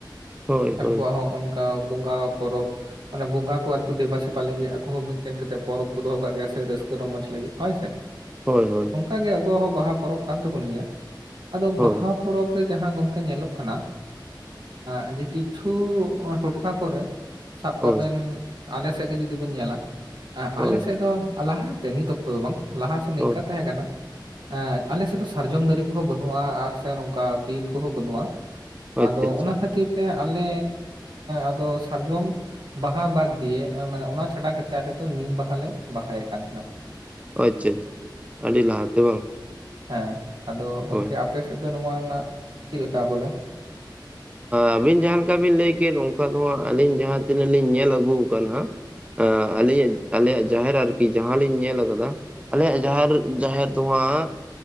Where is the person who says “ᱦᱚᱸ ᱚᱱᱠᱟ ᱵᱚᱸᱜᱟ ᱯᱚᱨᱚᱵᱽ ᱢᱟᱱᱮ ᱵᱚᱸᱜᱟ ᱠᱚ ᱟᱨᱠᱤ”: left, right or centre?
Right